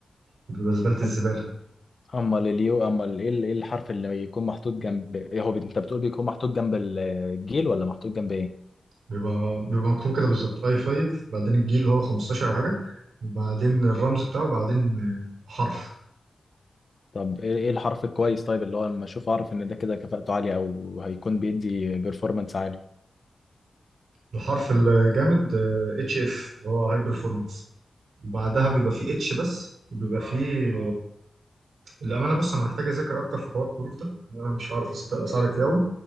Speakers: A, on the right; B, on the left.
A: بيبقى زبالة الزبالة
B: أم- اما اليو اما ال- ايه ال- إيه الحرف اللي يكون محطوط جنب إيه هو بي- انت بتقول بيكون محطوط جنب الجيل ولا محطوط جنب ايه
A: بيبقى بيبقى مكتوب كده بالظبط اي 5 بعدين الجيل اللي هو 15 أو حاجة وبعدين الرمز بتاعه وبعدين آه، حرف
B: طب ايه إيه الحرف الكويس طيب اللي هو لما اشوف اعرف ان ده كده كفاءته عاليه او هيكون بيدي بيرفورمانس عالي
A: الحرف الجامد اتش اف اللي هو هاي برفورمانس وبعدها بيبقى فيه اتش بس وبيبقى فيه للأمانة بص أنا محتاج أذاكر أكتر في حوار الظروف ده لأن أنا مش هعرف أصدق- أساعدك فيه أوي